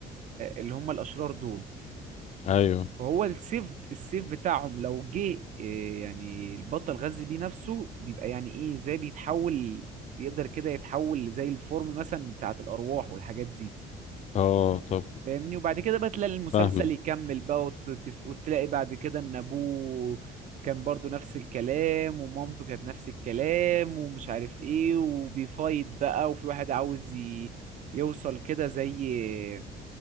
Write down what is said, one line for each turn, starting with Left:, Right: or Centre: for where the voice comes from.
Right: اللي هم الاشرار دول
Left: ايوه
Right: فهو السيف السيف بتاعهم لو جه إيه، يعني البطل غذي بيه نفسه بيبقى يعني ايه زي بيتحول بيقدر كده يتحول زي الفورم مثلا بتاعت الارواح والحاجات دي
Left: اه طب
Right: فاهمني وبعد كده بقى تلاقي المسلسل
Left: فاهم
Right: يكمل بقى وت- وتفت- وتلاقي بعد كده ان ابوه كان برضو نفس الكلام ومامته كانت نفس الكلام ومش عارف ايه وبيفايت بقى وفي واحد عاوز ي- يوصل كده زي